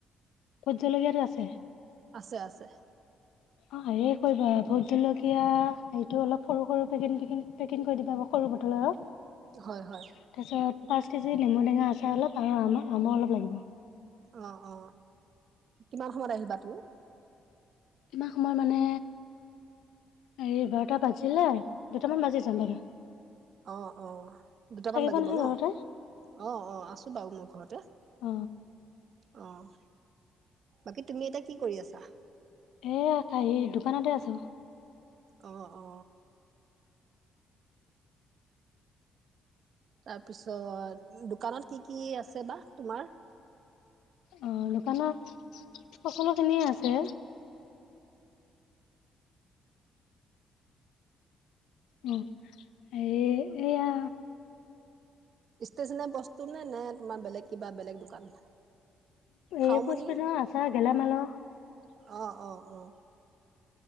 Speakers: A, on the left; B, on the right.
A: ভোট জলকীয়াটো আছে।
B: আছে আছে
A: অ হে কৰিবা ভোট জলকীয়া হটো অলপ সৰু সৰু পেকে পেক কৰি দিবা সৰু বটলৰ তাৰপিছত
B: হয় হয়
A: পাঁচ কেজি নেমু টেঙা আ চাই অলপ আৰু আমাৰ আমো অলপ লাগিব
B: অ অ কিমান সময়ত আহিবা তুমি
A: ইমান সময় মানে হেৰি বাৰটা বাজিলে দুটামান বাজি যাম বাইদেউ
B: অ অ দুটামান
A: থাকিব
B: বাজিব
A: নহয়
B: ন
A: ঘৰতে
B: অঁ অ আছোঁ বাৰু মই ঘৰতে
A: অ
B: অঁ বাকী তুমি এতিয়া কি কৰি আছা
A: এয়া হেৰি দোকানতে আছো
B: অহ অ তাৰপিছত দোকানত কি কি আছে বা তোমাৰ
A: অ দোকানৰ সকলোখিনিয়ে আছে অ এই এয়া
B: ষ্টেচনোৰী বস্তু নে নে তোমাৰ বেলেগ কিবা বেলেগ দোকান
A: এই
B: খাও
A: পুষ্পিনৰ
B: মনি
A: আচাৰ গেলামালৰ
B: অ অ অ